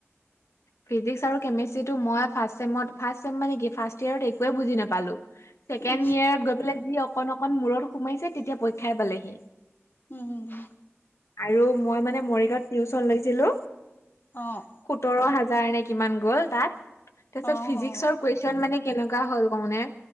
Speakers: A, on the left; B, on the left.
A: ফিজিক্স আৰু কেমেষ্ট্ৰিটো, মই ফাচ চেমত ফাৰ্চ চেম মানে কি ফাৰ্ষট ইয়েৰত একোৱে বুজি নাপালো। ছেকেণ্ড
B: উম
A: ইয়েৰত গৈ পেলাই যি অকণ অকণ মূৰত সোমাইছে তেতিয়া পৰীক্ষাই পালেহি।
B: উম, হুম, হুম।
A: আৰু মই মানে মৰিগাঁৱত টিউচন লৈছিলো।
B: অঁ'
A: সোতৰ হাজাৰ নে কিমান গ'ল তাত। তাছত
B: অ
A: ফিজিকচৰ
B: অ
A: কুৱেছ- চন মানে কেনেকা হ'ল কওনে্?